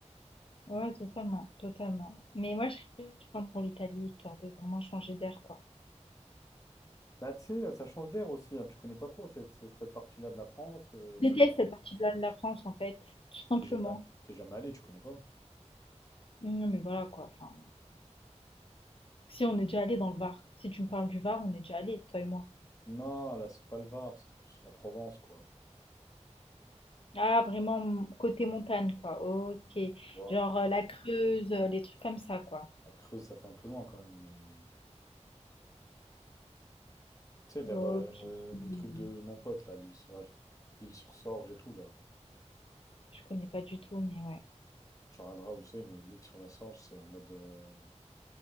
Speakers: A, on the left; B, on the left.
A: Ouais, totalement, totalement. Mais moi, je serais contente pour l'Italie, histoire de vraiment changer d'air, quoi.
B: Bah, tu sais, ça change d'air aussi. hein. Tu connais pas trop cette, cette- cette partie-là de la France. euh,
A: Je
B: c'est,
A: déteste cette partie-là de la France, en fait, <laughs> tout simplement.
B: t'es jamais, t'es jamais allé, tu connais pas.
A: Non, mais voilà, quoi. Enfin, si on est déjà allé dans le Var. Si tu me parles du Var, on est déjà allé, toi et moi.
B: Non, là, c'est pas le Var, c'est plus la Provence, quoi.
A: Ah, vraiment, m- côté montagne, quoi. Ok.
B: Tu vois.
A: Genre euh, la Creuse, euh, les trucs comme ça, quoi.
B: La Creuse, ça fait un peu loin quand même, mais tu sais, vers
A: Ok.
B: euh,
A: Hmm.
B: le truc de mon pote, là, l'île sur la- l'île sur Sorge et tout, là.
A: Je connais pas du tout, mais ouais.
B: Tu regarderas où c'est, mais l'île sur la Sorge, c'est en mode. euh,